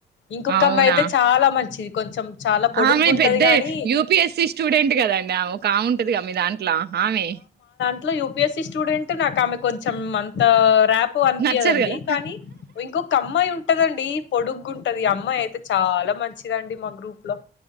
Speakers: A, on the left; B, on the right.
A: ఇంకొక్క
B: అవునా
A: అమ్మాయి అయితే చాలా మంచిది కొంచెం చాలా పొడుగ్గుంటది
B: ఆమె పెద్ద
A: గాని
B: యూపిఎస్సి స్టూడెంట్ కదండి అమోకా బావుంటదిగా మీ దాంట్లో ఆమె
A: ఇట్ల యూపిఎస్సి స్టూడెంట్ నాకు ఆమె కొంచెం అంత రప్ ఎక్కువ అనిపియదండి
B: నచ్చదు కదా
A: కానీ ఇంకొక అమ్మాయి ఉంటదండి పొడుగు టది అమ్మాయి అయితే చాలా మంచిదండి మా గ్రూప్ లో